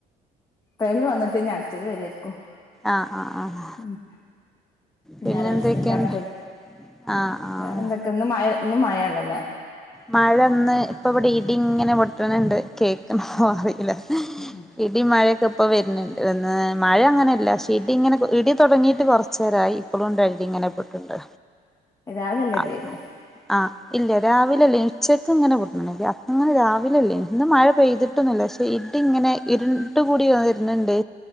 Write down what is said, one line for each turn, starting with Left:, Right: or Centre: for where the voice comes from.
Left: ട്രെയലിൽ വന്നിട്ട് അടുത്തേൽ വരോയ്രിക്കും
Centre: ആഹ് ആഹ് ആഹ്
Left: ഉം
Centre: പിന്നെ
Left: ഞൻ <unintelligible>
Centre: എന്തൊക്കെയാണ്
Left: അടുത്ത്
Centre: ആഹ് ആഹ്
Left: വേറെ എന്തൊക്കെ ഇന്ന് മയ ഇന്ന് മയേഉള്ളല്ലേ
Centre: മഴന്ന് ഇപ്പ ഇവിടെ ഇടി ഇങ്ങനെ പൊട്ടണണ്ട് കേക്കണ് അറിയില്ല
Left: അങ്ങനെ
Centre: ഇടി മയക്കെ പ്പ ഇപ്പൊ വരുന്നുണ്ട് മഴ അങ്ങനെയല്ല ക്ഷേ ഇടി ഇങ്ങനെ ഇടി തുടങ്ങിയിട്ട് കൊർച്ചേരായി ഇപ്പളുണ്ട് ഇടി ഇങ്ങനെ പെട്ടുണ്ട്
Left: രാവിലെ നല്ല
Centre: ആ
Left: ഇടിയായിരുന്നു
Centre: ആ ഇല്ല രാവിലെല്ലേ ഉച്ച <unintelligible> ഇങ്ങനെ പൊട്ട്ണ്ണ്ടായിരുന്നു അങ്ങനെ രാവിലല്ലേയ്ന്ന് ഇന്ന് മഴ പെയ്തിട്ടൊന്നുമില്ല പക്ഷെ ഇടി ഇങ്ങനെ ഇരുണ്ട് കൂടി വന്നിരുന്നുണ്ട്